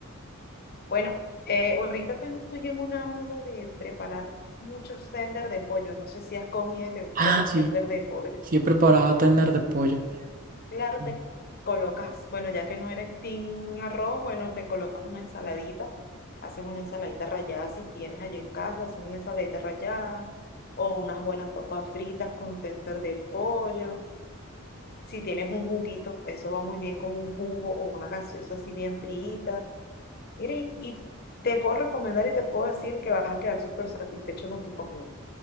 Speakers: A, on the left (about 45°); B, on the right (about 40°).
A: Bueno, eh, ahorita tengo- estoy en una onda de preparar muchos tender de pollo. No sé si has comido y te gustan
B: Ah,
A: los
B: sí,
A: tender de pollo.
B: sí he preparado tender de pollo.
A: Claro,
B: Mm.
A: te co- colocas, bueno, ya que no eres team arroz, bueno, te colocas una ensaladita. Haces una ensaladita rallada si tienes allí en casa, haces una ensaladita rallada o unas buenas papas fritas con tender de pollo Si tienes un juguito, eso va muy bien con un jugo o una gaseosa así bien frita. Mira, y, y te puedo recomendar y te puedo decir que vas a quedar súper satisfecho con tu comida.